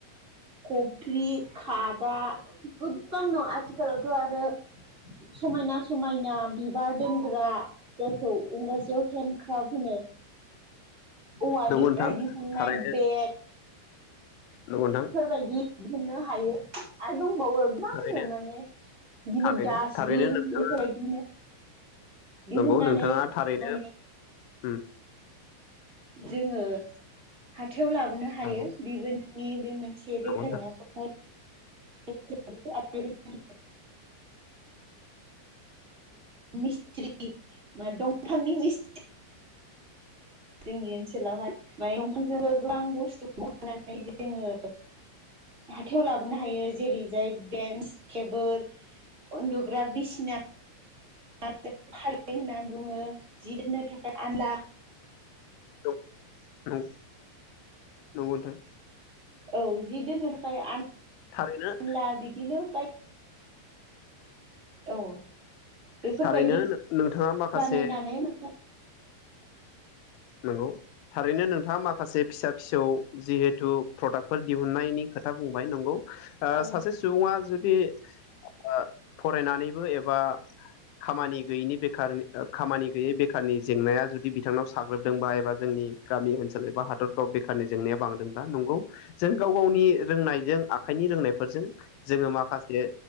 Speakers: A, on the right; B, on the left.
A: कफ्रि खादा गोबां दङ आथिखालावथ' आरो समायना समायना बिबार दोनग्रा जायखौ इंराजियाव हेन्दड क्राफ्ट होनो औवानिफ्राय
B: नंगौ नोंथां
A: दिहुननाय
B: थारैनो
A: बेग
B: नंगौ नोंथां
A: बेफोरबायदि मोननो हायो आरो दंबावो गोबांनो
B: थारैनो
A: माने बिदिनो
B: थारैनो
A: दासबिन
B: थारैनो नोंथाङा
A: बेफोरबायदिनो दिहुननानै
B: नंगौ नोंथाङा थारैनो
A: माने
B: उम
A: जोङो हाथायाव लाबोनो हायो
B: नंगौ
A: बिबो नोंनि बे मोनसे
B: नंगौ
A: बेखार नाखौ <unintelligible> मिस्ट्रि मा दंफांनि मिस्ट्रि जोंनि ओनसोलावहाय माने दंफांजोंबो गोबां बुस्थु बनायनानै जोङो हाथायाव लाबोनो हायो जेरै जाय बेन्स टेबोल उन्दुग्रा बिसिना फारें होननानै बुङो जि दोननो थाखाय आलना
B: <unintelligible> नंगौ नोंथां
A: औ जि दोननो थाखाय आ
B: थारैनो
A: लना बिदिनो बाय औ बेफोरबायदि
B: थारैनो नोंथाङा माखासे
A: बानायनानै माने
B: नंगौ थारैनो नोंथाङा माखासे फिसा फिसौ जिहेथु प्रडाक्ट फोर दिहुननायनि खोथा बुंबाय नंगौ
A: औ
B: सासे सुबुङा जुदि ओ फरायनानैबो एबा खामानि गैयैनि बेखार खामानि गैयै बेखारनि जेंनाया जुदि बिथांनाव साग्लोबदोंबा एबा जोंनि गामि ओनसोल एबा हादरफ्राव बेखारनि जेंनाया बांदोंबा नंगौ जों गाव गावनि रोंनायजों आखाइनि रोंनायफोरजों जोङो माखासे